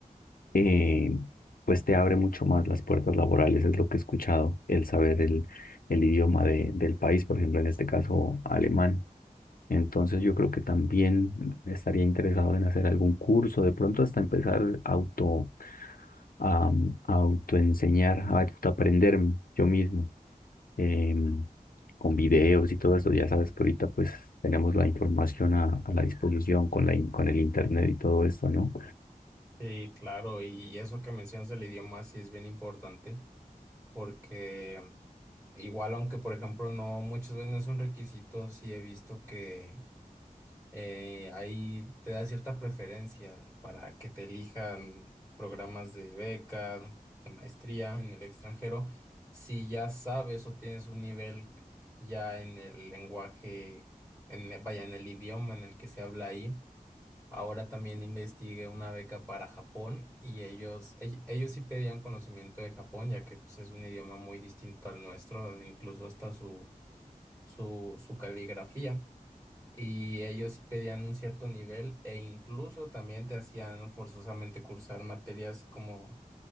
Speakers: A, on the left (about 80°); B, on the right (about 20°).
A: eh, pues te abre mucho más las puertas laborales, es lo que he escuchado, el saber el, el idioma de, del país, por ejemplo, en este caso alemán. Entonces yo creo que también estaría interesado en hacer algún curso, de pronto hasta empezar auto, a, a autoenseñar, a aprender yo mismo em, con videos y todo eso. Ya sabes que ahorita pues tenemos la información a, a la disposición con la, in- con el internet y todo esto, ¿no?
B: Sí, claro, y eso que mencionas del idioma sí es bien importante, porque igual aunque por ejemplo no, muchas veces no es un requisito, sí he visto que eh, ahí te da cierta preferencia para que te elijan programas de beca, de maestría en el extranjero, si ya sabes o tienes un nivel ya en el lenguaje, en, vaya, en el idioma en el que se habla ahí. Ahora también investigué una beca para Japón y ellos, ell- ellos sí pedían conocimiento de Japón, ya que pues, es un idioma muy distinto al nuestro, incluso hasta su, su, su caligrafía y ellos sí pedían un cierto nivel e incluso también te hacían forzosamente cursar materias como,